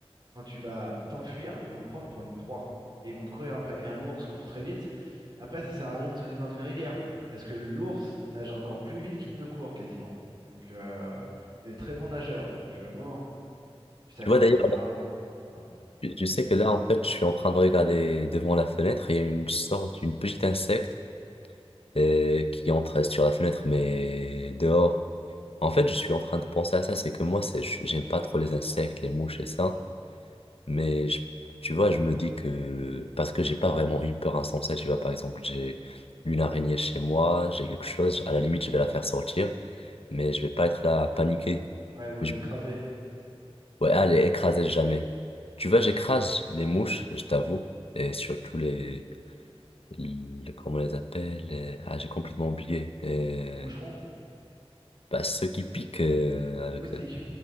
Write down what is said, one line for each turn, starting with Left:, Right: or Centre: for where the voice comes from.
Right: quand tu vas t'enfuir, ils vont te prendre pour une proie, et ils vont te courir après. Et un ours court très vite. Après, ça sert à rien de sauter dans une rivière, parce que l'ours nage encore plus vite qu'il ne court quasiment. Donc, euh, c'est des très bons nageurs. Donc, euh, non. Puis ça
Left: Tu
Right: grimpe
Left: vois d'ailleurs.
Right: aux arbres. Enfin,
Left: Tu tu
Right: Oui.
Left: sais que là, en fait, je suis en train de regarder devant la fenêtre. Il y a une sorte, une petite insecte euh, qui entre sur la fenêtre, mais dehors. En fait, je suis en train de penser à ça. C'est que moi, c'est, je- j'aime pas trop les insectes, les mouches et ça. Mais je- tu vois, je me dis que parce que j'ai pas vraiment une peur insensée. Tu vois, par exemple, j'ai une araignée chez moi, j'ai quelque chose. À la limite, je vais la faire sortir, mais je vais pas être là à paniquer.
Right: ouais, où
Left: Mais
Right: elle
Left: je
Right: est
Left: me
Right: écrasée.
Left: dis, Ouais, à les écraser jamais. Tu vois, j'écrase les mouches, je t'avoue, et surtout les, les- comment on les appelle, les- ah, j'ai complètement oublié, et,
Right: Les moucherons,
Left: bah, ceux qui piquent euh, avec
Right: les moustiques.
Left: euh,